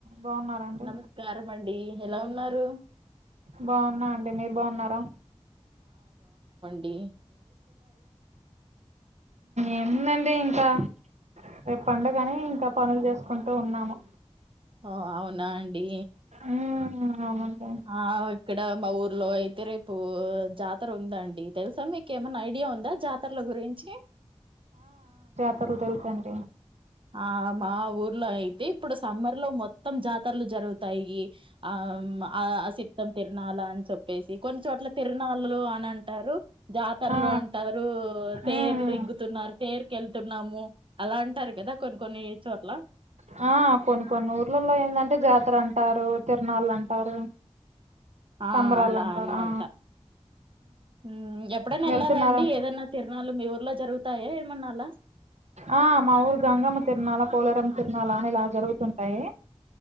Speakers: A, on the right; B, on the right.
A: బాగున్నారండి
B: నమస్కారం అండీ ఎలా ఉన్నారు
A: బాగున్నా అండి మీరు బాగున్నారా
B: డి
A: ఏముందండి ఇంకా రేపు పండగ అని ఇంకా పనులు చేసుకుంటూ ఉన్నాము
B: ఓ అవునా అండి
A: ఉమ్ అవునండి
B: ఆ ఇక్కడ మా ఊరు లో అయితే రేపు జాతర ఉందండి, తెలుసా మీక ఏమన్నా ఐడియా ఉందా జాతరల గురించి
A: ర తెలుసండి
B: ఆ మా ఊర్లో అయితే ఇప్పుడు సమ్మర్ లో మొత్తం జాతరలు జరుగుతాయి, ఆ అ సిత్తం తిరనాలా అని చెప్పేసి కొ చోట్ల తిరునాల్ లు అని అంటారు జాతరలు
A: ఆ
B: అంటారు తేర్లు
A: ఉమ్
B: ఇగ్గుతున్నారు తేరుకెళ్తున్నాము అలా అంటారు కదా కొని కొన్నీ చొట్ల
A: హా కొన్ని కొన్ని ఊర్లల్లో ఏందంటె జాతర అంటారు తిరునాళ్ళు అంటారు
B: ఆ
A: సంబరాలు
B: అలా
A: అంటారు
B: అన్మాట
A: ఆ
B: ఉమ్ ఎప్పుడన్న
A: వెళ్తున్నారా
B: ఎల్లార అండి ఏదన్న తిర్ నాలు మీ ఊర్లో జరుగుతాయ ఏమన్నా అలా
A: ఆ మా ఊరు గంగమ్మ తిర్నాల పొలేరం తిర్నాల అని ఇలా జరుగుతుంటయి